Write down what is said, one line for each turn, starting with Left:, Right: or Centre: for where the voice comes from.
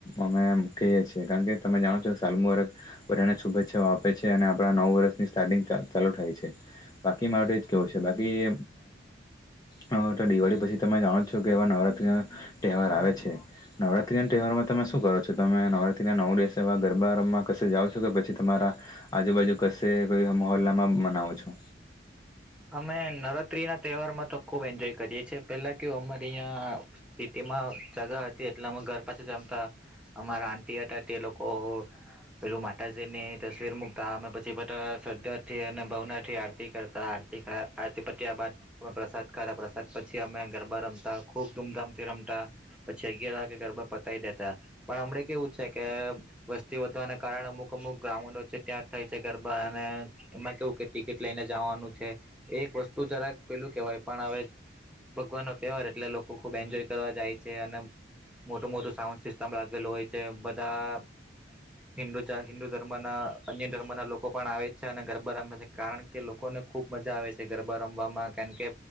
Left: અમે કહીએ છે કારણ કે તમે જાણો છો સાલ મુબારક બધાને શુભેચ્છાઓ આપે છે અને આપડા નવું વર્ષની સ્ટાર્ટિંગ ચાલુ થાય છે બાકી માટે જ કેવું છે બાકી હ તો દિવાળી પછી તમે જાણો છો કે એવા નવરાત્રીના તહેવાર આવે છે નવરાત્રી ના તહેવારમાં તમે શું કરો છો તમે નવરાત્રી ના નવ દિવસવા ગરબામાં ક જાઓ છો કે પછી તમારા આજુબાજુ કશે કોઈ મહોલ્લામાં મનાવો છો?
Centre: અમે નવરાત્રી ના તહેવાર માં તો ખુબ એન્જોય કરીએ છે પેલા કે અમારી અયા સિટીમાં જગા હતી એટલે અમે ઘર પાસે જમતા અમારા આંટી હતા તે લોકો પેલું માતાજી ની તસવીર મુકતા અમે પછી બધા શદ્ધથી અને ભાવના થી આરતી કરતા. તીખા આરતી પત્યા બાદ અપ્રસાદ કરા પ્રસાદ પછી અમે ગરબા રમતા ખુબ ધૂમધામથી રમતા પછી અગિયાર વાગે ગરબા પતાવી દેતા પણ હમડ કેવું છે કે વસ્તી વધવાના કારણે અમુક અમુક ગ્રાઉન્ડો છે ત્યાં થાય છે ગરબા ને એમાં કેવું કે ટિકિટ લઈને જવાનું છે. એક વસ્તુ જરાક પેલું કેવાય પણ હવે ભગવાન નો તહેવાર એટલે લોકો ખૂબ એન્જોય કરવા જાય છે અને મોટું મોટું સાઉન્ડ સિસ્ટમેલું હોય છે બધા હિંડુચા હિન્દુ ધર્મ ના અન્ય ધર્મ ના લોકો પણ આવે છે અને ગરબા છે કારણ કે લોકોને ખૂબ મજા આવે છે ગરબા રમવામાં કારણ કે